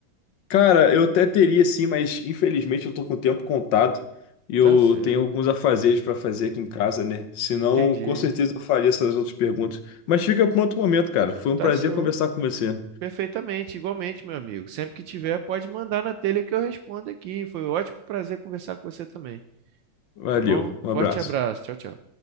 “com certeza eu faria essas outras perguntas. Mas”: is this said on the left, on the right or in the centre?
Left